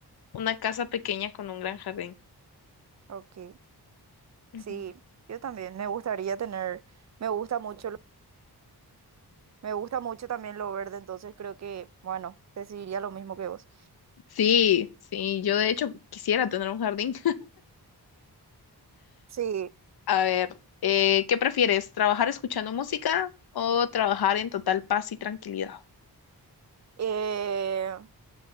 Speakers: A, on the left; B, on the right.
A: Una casa pequeña con un gran jardín.
B: Ok,
A: Ujú.
B: sí, yo también me gustaría tener, me gusta mucho. Me gusta mucho también lo verde, entonces creo que, bueno, decidiría lo mismo que vos.
A: Sí, sí, yo de hecho quisiera tener un jardín.
B: Sí.
A: A ver, eh, ¿qué prefieres? ¿Trabajar escuchando música o trabajar en total paz y tranquilidad?
B: Eh,